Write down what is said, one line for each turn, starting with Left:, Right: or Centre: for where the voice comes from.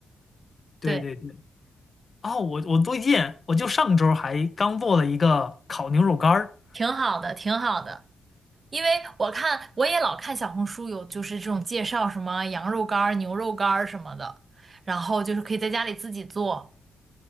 Left: 对对对，
Right: 对，
Left: 哦，我我最近我就上周还刚做了一个烤牛肉干儿。
Right: 挺好的，挺好的。因为我看我也老看小红书有就是这种介绍什么羊肉干儿、牛肉干儿什么的，然后就是可以在家里自己做。